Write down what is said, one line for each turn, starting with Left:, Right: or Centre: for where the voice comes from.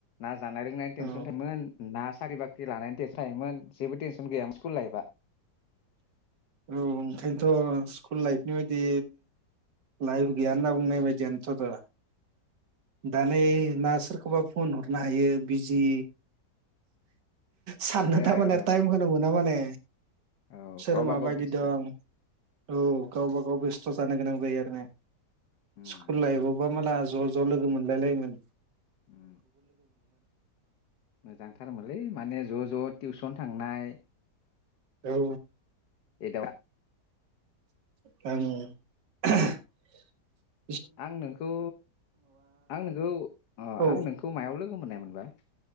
Left: ना जानाय लोंनायनि तेनसन
Right: औ
Left: थायोमोन ना साख्रि-बाख्रि लानायनि तेनसन थायोमोन जेबोटेनसन गैयामोन स्कुल लाइफआ
Right: औ ओंखायनोथ' स्कुल लाइफनि बायदि लाइफ गैया होनना बुंनाय बायदियानोथ'थ' दा नै सोरखौबा फन हरनो हायो बिजि साननो
Left: ए
Right: थारमाने
Left: ओ,
Right: टाइमखौनो मोना माने
Left: औ
Right: सोर
Left: गावबा
Right: माबाय
Left: गाव बेस्थ'
Right: दं औ गाव गावबा-गाव बेस्थ' जानो गोनां जायो आरो ने?
Left: उम,
Right: स्कुल लाइफबावबा मालाय ज' ज' लोगो मोनलायलायोमोन
Left: ओ मोजांथारमोनलै माने ज' ज' टिउसन थांनाय
Right: औ
Left: एदावनाय <inaudible>
Right: ओं ओहो हो
Left: आं नोंखौ आं नोंखौ अ
Right: औ
Left: आं नोंखौ मायाव लोगो मोन्नाय? मोननाय मोनबा